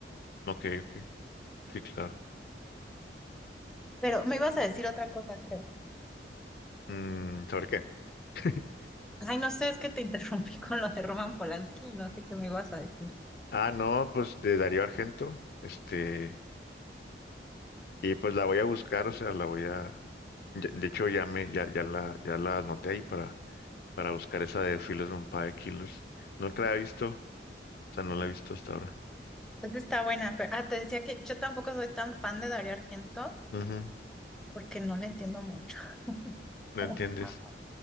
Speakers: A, on the left; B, in the centre.
A: Ok, ok. Sí, claro.
B: Pero me ibas a decir otra cosa, creo.
A: Mm, ¿sobre qué? <laughs>
B: Ay, no sé, es que te interrumpí <laughs> con lo de Roman Polanski, no sé qué me ibas a decir.
A: Ah, no, pues de Darío Argento. Este, y pues la voy a buscar, o sea, la voy a. ya- De hecho, ya me, ya, ya la, ya la anoté ahí para, para buscar esa de Fearless Vampire Killers. Nunca la he visto, o sea, no la he visto hasta ahora.
B: Esa está buena, pero ah, te decía que yo tampoco soy tan fan de Dario Argento
A: Ujú,
B: porque no le entiendo mucho.
A: ¿No
B: <laughs>
A: entiendes?